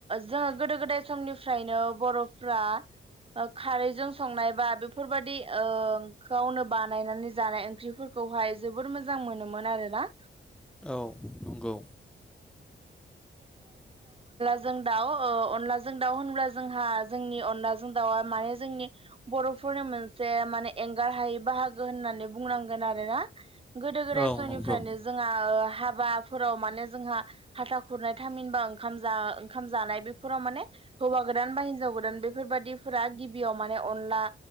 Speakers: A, on the right; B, in the centre.
A: जोंङो गोदो गोदाय समनिफ्रायनो बर'फ्रा खारैजों संनाय बा बेफोरबायदिखौनो ओ बानायनानै जानाय ओंख्रिफोरखौ खौहाय जोबोद मोजां मोनोमोन आरोना
B: औ नंगौ
A: जों दाउ अनलाजों दाउ होनब्ला जोंहा जोंनि अनलाजों दाउआ माने जोंनि बर' फोरनो मोनसे माने एंगार हायै बाहागो होननानै बुंनांगोन आरो ना गोदो गोदाय
B: औ
A: समनिफ्रायनो
B: नंगौ
A: जोंहा हाबाफोराव माने जोंहा हाथा खुरनाय थामहिनबा ओंखाम ओंखाम जानाय बेफोराव माने हौवा गोदान बा हिनजाव गोदान बेफोरबायदि दिफोरा गिबियाव माने अनला